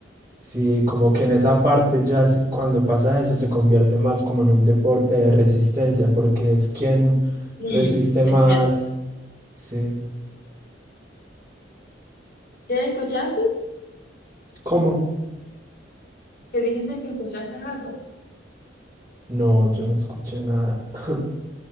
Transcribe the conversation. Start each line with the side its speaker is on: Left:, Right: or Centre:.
Right: Sí, como que en esa parte ya sí, cuando pasa eso se convierte más como en un deporte de resistencia, porque es quien
Left: Sí,
Right: resiste más.
Left: es cierto.
Right: Sí.
Left: ¿Qué escuchaste?
Right: ¿Cómo?
Left: ¿Qué dijiste que escuchaste algo?
Right: No, yo no escuché nada. <laughs>